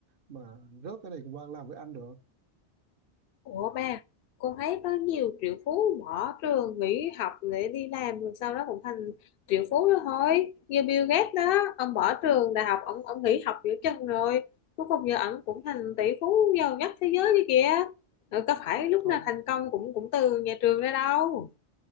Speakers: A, on the right; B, on the left.
A: mà rớt cái này của bạn làm với anh được
B: Ủa ba, con thấy có nhiều triệu phú bỏ trường nghỉ học để đi làm rồi sau đó cũng thành triệu phú đó thôi. Như Bill Gates đó, ông bỏ trường đại học, ông ông nghỉ học giữa chừng rồi. Cuối cùng giờ ông cũng thành tỷ phú giàu nhất thế giới kia kìa. Rồi có phải lúc
A: không
B: nào thành công cũng cũng từ nhà trường ra đâu.